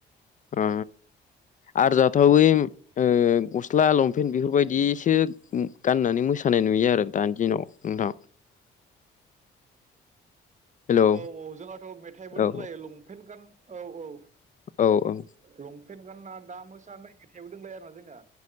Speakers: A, on the left; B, on the right.
A: आ आरो जाथावै गस्ला लंपेन्ट बेफोरबायदिसो गाननानै मोसानाय नुयो आरो दानि दिनाव नोंथां हेलौ
B: औ-औ जोंहाथ' मेथाइबो
A: औ
B: दंलायो लंपेन्ट गान औ-औ
A: औ औ
B: लंपेन्ट गानना दा मोसा होननायनाय मेथायाबो दंलायो आरोना जोंनिया